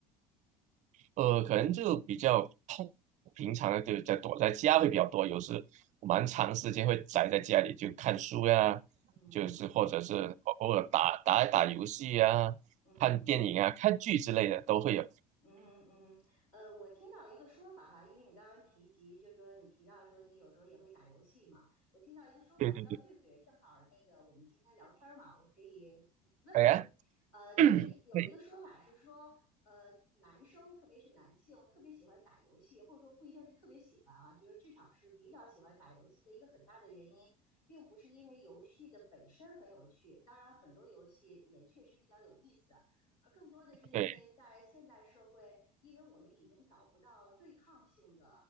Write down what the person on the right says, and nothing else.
呃，可能就比较痛，平常的就在躲在家会比较多，有时我蛮长时间会宅在家里，就看书呀，
就是或者是偶偶尔打打一打游戏呀，
看电影啊，看剧之类的都会有。
对对对，
哎呀。
<clears throat>
对
对